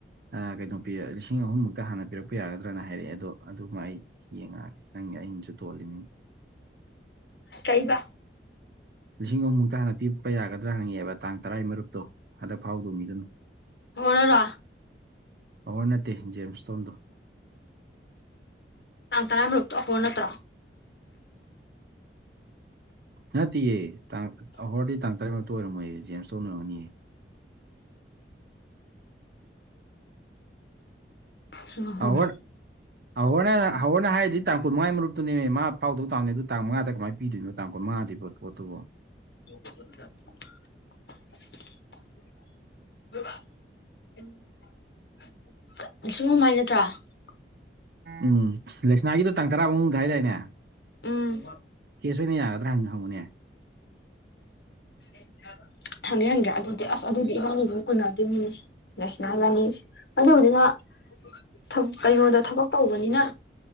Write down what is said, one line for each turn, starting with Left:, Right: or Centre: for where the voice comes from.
Right: ꯑꯥꯀꯩꯅꯣ ꯄꯤꯌꯦ ꯂꯤꯁꯤꯡ ꯑꯍꯨꯝ ꯃꯨꯛꯇ ꯍꯥꯟꯅ ꯄꯤꯔꯛꯄ ꯌꯥꯒꯗ꯭ꯔꯥꯅ ꯍꯥꯏꯔꯛꯑꯦ ꯑꯗꯣ ꯑꯗꯨꯃ ꯑꯩ ꯌꯦꯡꯉꯛꯑꯒꯦ ꯅꯪ ꯑꯩꯅꯖꯨ ꯇꯣꯜꯂꯤꯃꯤ
Left: ꯀꯩꯕꯥ
Right: ꯂꯤꯁꯤꯡ ꯑꯍꯨꯝꯃꯨꯛꯇ ꯍꯥꯟꯅ ꯄꯤꯔꯄ ꯌꯥꯒꯗ꯭ꯔ ꯍꯪꯉꯛꯑꯦꯕ ꯇꯥꯡ ꯇꯔꯥꯏ ꯃꯔꯨꯞꯇꯣ ꯍꯟꯗꯛ ꯐꯥꯎꯗꯧ ꯃꯤꯗꯨꯅ
Left: ꯑꯍꯣꯔꯅꯔꯣ
Right: ꯄꯋꯥꯔ ꯅꯠꯇꯦ ꯖꯦꯝꯁꯇꯣꯟꯗꯣ
Left: INAUDIBLE
Right: ꯅꯠꯇꯤꯌꯦ ꯇꯥꯡ ꯑꯍꯣꯔꯗꯤ ꯇꯥꯡ ꯇꯔꯦꯠꯃꯨꯛꯇ ꯑꯣꯏꯔꯝꯃꯣꯏ ꯖꯦꯝꯁꯇꯣꯟ ꯑꯣꯏꯔꯝꯅꯤꯌꯦ
Left: UNINTELLIGIBLE
Right: ꯑꯍꯣꯔ ꯑꯍꯣꯔꯅ ꯑꯍꯣꯔꯅ ꯍꯥꯏꯔꯤꯗꯤ ꯇꯥꯡ ꯀꯨꯟ ꯃꯉꯥꯏ ꯃꯔꯨꯛꯇꯨꯅꯦ ꯃꯥ ꯐꯥꯎꯗꯧ ꯇꯥꯕꯅꯦ ꯑꯗꯨ ꯇꯥꯡ ꯃꯉꯥꯗ ꯀꯃꯥꯏ ꯄꯤꯗꯣꯏꯅꯣ ꯇꯥꯡ ꯀꯨꯟꯃꯉꯥꯗꯤ ꯕ ꯄꯣꯠꯇꯨꯕꯣ
Left: INAUDIBLE INAUDIBLE ꯁꯤꯒꯨꯝꯍꯥꯏ ꯅꯠꯇ꯭ꯔꯥ
Right: ꯎꯪ ꯂꯩꯁꯅꯥꯒꯤꯗꯣ ꯇꯥꯡ ꯇꯔꯥ ꯕꯥꯎ ꯃꯅꯨꯡ ꯍꯥꯏꯗꯥꯏꯅꯦ
Left: ꯎꯝ
Right: ꯀꯦꯁ ꯑꯣꯏꯅ ꯌꯥꯒꯗ꯭ꯔꯥ ꯍꯥꯟꯅ ꯍꯪꯉꯨꯅꯦ
Left: INAUDIBLE ꯍꯪꯒꯦ ꯍꯪꯒꯦ ꯑꯗꯨꯗꯤ ꯑꯥꯁ ꯑꯗꯨꯗꯤ ꯏꯕꯥꯅꯤ ꯑꯗꯨꯝ ꯎꯅꯗꯣꯏꯅꯤꯅꯦ ꯂꯩꯁꯅꯥ ꯏꯕꯥꯅꯤꯖꯦ ꯑꯗꯨꯕꯨꯗꯤ ꯃꯥ
Right: INAUDIBLE
Left: ꯊꯝ ꯀꯩꯅꯣꯗ ꯊꯕꯛ ꯇꯧꯕꯅꯤꯅꯥ